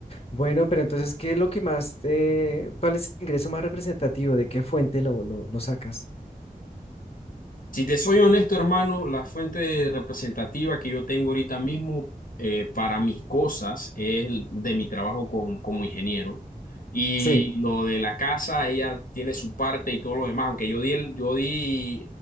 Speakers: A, on the left (about 40°); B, on the left (about 60°).
A: Bueno, pero entonces, ¿qué es lo que más, eh, cuál es el ingreso más representativo? ¿De qué fuente lo, lo, lo sacas?
B: Si te soy honesto, hermano, la fuente representativa que yo tengo ahorita mismo eh, para mis cosas es el de mi trabajo con- como ingeniero. Y
A: Sí,
B: lo de la casa, ella tiene su parte y todo lo demás. Aunque yo di, el- yo di